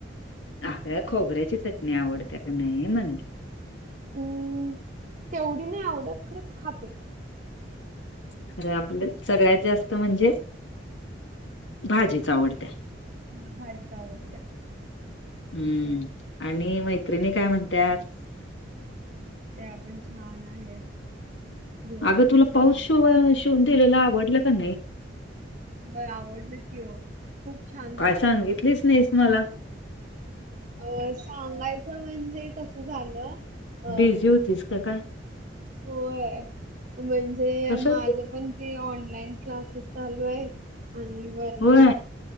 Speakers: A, on the left; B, on the right.
A: अग खोबऱ्याची चटणी आवडते का नाही म्हणली.
B: हम्म तेवढी नाही आवडत खाते.
A: खर आपल्या सगळ्यात जास्त म्हणजे भाजीच्या आवडत्या.
B: ह भाजीच आवडत्या.
A: हम्म
B: होय
A: आणि मैत्रिणी काय म्हणतातत.
B: ते आपण छान आहेत. दिवस
A: अगं
B: पण
A: तुला
B: छान
A: पाऊस
B: चालू
A: शि शिवून दिलेला आवडलं का नाही.
B: होय आवडलं की हो. खूप छान.
A: काय सांगितलीच नाहीस मला
B: अ सांगायचं म्हणजे कसं झालं. अ
A: बिझी होतीस का काय?
B: होय म्हणजे
A: कशात
B: माझ पण ते ऑनलाईन क्लासेस चालू आहे. आणि वरण
A: होय